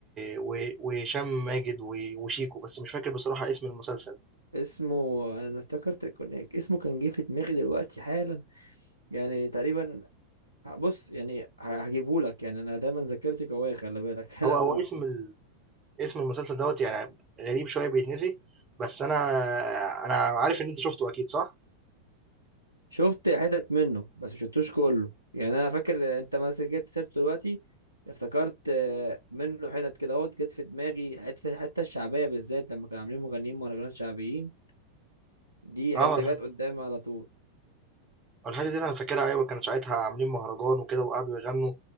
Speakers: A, on the right; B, on the right.
A: و... وهشام ماجد و... وشيكو بس مش فاكر بصراحه اسم المسلسل
B: اسمه أنا افتكرت كان اسمه كان جه في دماغي دلوقتي حالا يعني تقريبا بص يعني هجيبهولك يعني أنا دايما ذاكرتي قوية خلي بالك <laughs> أنا
A: هو
B: أقول
A: او اسم ال... اسم المسلسل دوت يعني غريب شويه بيتنسي بس انا انا عارف ان انت شفته اكيد صح
B: شفت حتت منه بس مش شفتوش كله يعني انا فاكر انت مثلا جبت سيرته دلوقتي افتكرت آه، منه حتت كده اهوت جت في دماغي حته الحته الشعبيه بالذات لما كانوا عاملين مغنيين مهرجانات شعبيين دي
A: اه
B: حته
A: الح-
B: جت قدامي على طول
A: الحته دي انا فاكرها ايوه كانوا ساعتها عاملين مهرجان وكده وقعدوا يغنوا